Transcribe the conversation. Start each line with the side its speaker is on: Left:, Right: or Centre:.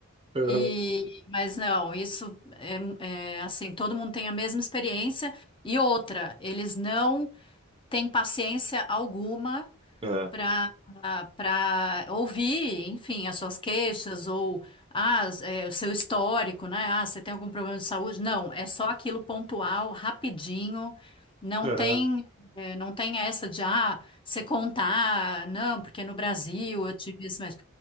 Right: Aham.
Left: E, mas não, isso é, é assim, todo mundo tem a mesma experiência. E outra, eles não têm paciência alguma
Right: É.
Left: para para ouvir, enfim, as suas queixas ou ah, s- é, o seu histórico, né? Ah, você tem algum problema de saúde? Não, é só aquilo pontual, rapidinho. Não
Right: Aham.
Left: tem, é, não tem essa de ah, você contar, não, porque no Brasil eu tive isso, mas